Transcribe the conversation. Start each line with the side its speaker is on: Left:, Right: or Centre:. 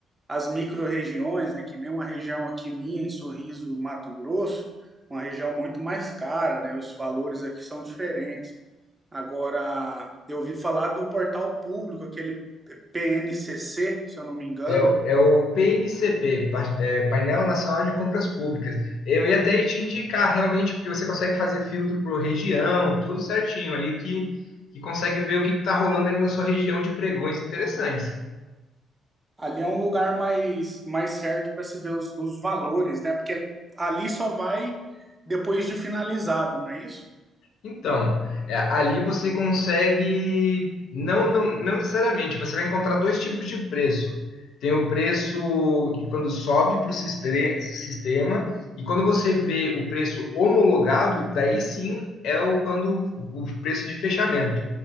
Right: as micro-regiões, né, que nem uma região aqui minha, em Sorriso, Mato Grosso, uma região muito mais cara, né? Os valores aqui são diferentes. Agora, eu ouvi falar do portal público, aquele PNCC, se eu não me engano,
Left: É, o- é o PNCP, Pa- é, Painel Nacional de Compras Públicas. Eu ia até te indicar realmente, porque você consegue fazer filtro por região, tudo certinho ali, que, que consegue ver o que está rolando ali na sua região de pregões interessantes.
Right: Ali é um lugar mais, mais certo para se ver os, os valores, né? Porque ali só vai depois de finalizado, não é isso?
Left: Então, é, ali você consegue, não, não, não necessariamente, você vai encontrar dois tipos de preço. Tem o preço de quando sobe para o sistema, e quando você vê o preço homologado, daí sim é o quando o preço de fechamento.